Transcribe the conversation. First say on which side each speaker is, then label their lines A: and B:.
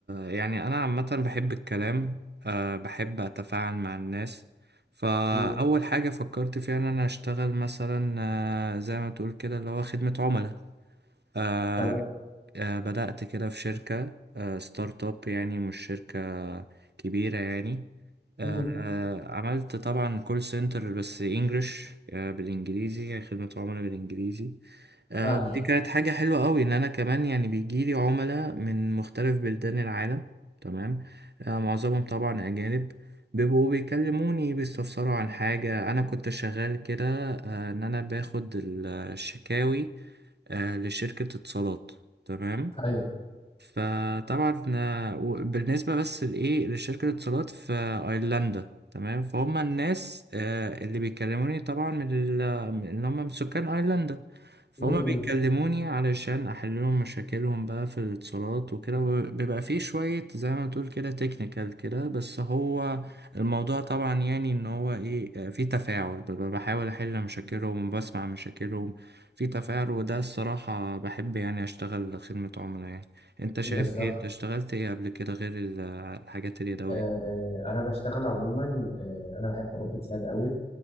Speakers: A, on the right (about 70°); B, on the left (about 35°).
A: يعني انا عامة بحب الكلام أه بحب اتفاعل مع الناس فاول
B: امم
A: حاجة فكرت فيها ان انا اشتغل مثلا آه، زي ما تقول كده اللي هو خدمة عملاء آه،
B: تمام
A: آه، بدأت كده في شركة آه، ستارت اب يعني مش شركة كبيرة يعني آه،
B: امم
A: آه، عملت طبعا كول سنتر بس انجلش بالانجليزي يعني خدمة عملاء بالانجليزي آه،
B: فاهمه
A: ودي كانت حاجة حلوة قوي ان انا كمان يعني بيجيلي عملاء من مختلف بلدان العالم تمام آه، معظمهم طبعا اجانب بيبقوا بيكلموني بيستفسروا عن حاجة أنا كنت شغال كده آه، إن أنا باخد الشكاوي آه، لشركة اتصالات تمام
B: ايوه
A: فطبعا آه، و- بالنسبة بس لإيه لشركة الاتصالات في أيرلندا تمام فهم الناس آه، اللي بيكلموني طبعا من ال- من- إن هم من سكان أيرلندا فهم
B: امم
A: بيكلموني علشان أحل لهم مشاكلهم بقى في الاتصالات وكده بيبقى فيه شوية زي ما تقول كده تكنيكال كده بس هو الموضوع طبعا يعني إن هو إيه آه، فيه تفاعل ببقى بحاول أحل مشاكلهم بسمع مشاكلهم فيه تفاعل وده الصراحة بحب يعني أشتغل خدمة عملاء يعني. انت شايف
B: بالظبط
A: ايه انت اشتغلت ايه قبل كده غير ال- الحاجات اليدوية
B: آه انا بشتغل عموما آه انا بحب اربي كلاب قوي